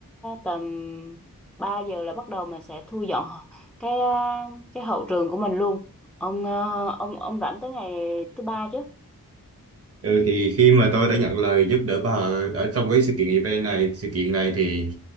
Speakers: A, in the centre; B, on the right.
A: tầm 3 giờ là bắt đầu mình sẽ thu dọn cái à, cái hậu trường của mình luôn. Ông à, ông ông rảnh tới ngày thứ ba chứ?
B: Ừ thì khi mà tôi đã nhận lời giúp đỡ bà ở trong cái sự kiện event này, sự kiện này thì,